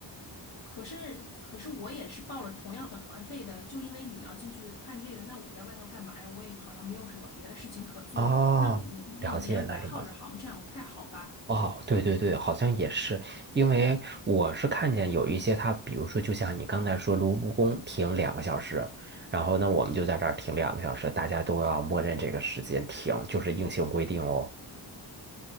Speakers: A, on the left (about 55°); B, on the right (about 25°).
A: 可是，可是我也是报了同样的团费的，就因为你要进去看这个，那我在外头干嘛呀？我也好像没有什么别的事情可做，
B: 哦，
A: 那我你让别人白耗着行，
B: 了解了，了解。
A: 好像这样不太好吧？
B: 哦，对对对，好像也是，因为我是看见有一些他，比如说，就像你刚才说，卢浮宫停两个小时，然后那我们就在这儿停两个小时，大家都要默认这个时间停，就是硬性规定哦。